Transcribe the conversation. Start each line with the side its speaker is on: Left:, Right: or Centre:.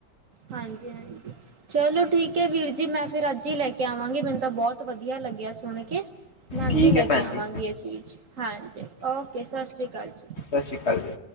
Right: ਹਾਂਜੀ ਹਾਂਜੀ। ਚਲੋ ਠੀਕ ਐ ਵੀਰ ਜੀ ਮੈਂ ਫਿਰ ਅੱਜ ਈ ਲੈ ਕੇ ਆਵਾਂਗੀ। ਮੈਨੂੰ ਤਾਂ ਬਹੁਤ ਵਧੀਆ ਲੱਗਿਆ ਸੁਣ ਕੇ। ਮੈਂ ਅੱਜ
Left: ਠੀਕ
Right: ਈ ਲੈ
Left: ਹੈ ਭੈਣ
Right: ਕੇ ਆਵਾਂਗੀ
Left: ਜੀ
Right: ਇਹ ਚੀਜ਼। ਹਾਂਜੀ, ਓਕੇ ਸਤਿ ਸ੍ਰੀ ਸ਼੍ਰੀ ਕਾਲ ਜੀ
Left: ਸਤਿ ਸ੍ਰੀ ਕਾਲ ਜੀ।